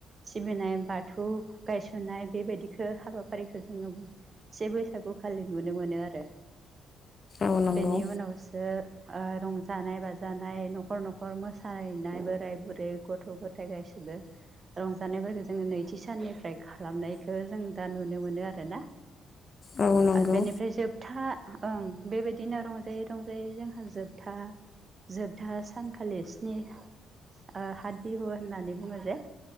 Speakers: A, on the right (about 35°); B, on the left (about 40°).
A: सिबिनाय बाथौ गायस'नाय बेबायदिखौ हाबाफारिखौ जोङो से बैसागु खालि नुनो मोनो आरो
B: औ नंगौ
A: बेनि उनावसो ओ रंजानाय बाजानाय न'खर न'खर मोसाहैनाय बोराय बुरै गथ' गथाय गासैबो रंजानायफोरखौ जोङो नैथि साननिफ्राय खालामनायखौ जों दा नुनो मोनो आरोना।
B: औ। नंगौ
A: आर बेनिफ्राय जोबथा ओं बेबायदिनो रंजायै रंजायै जोंहा जोबथा जोबथा सानखालि स्नि ओ हाथ बिहु होननानै बुङो जे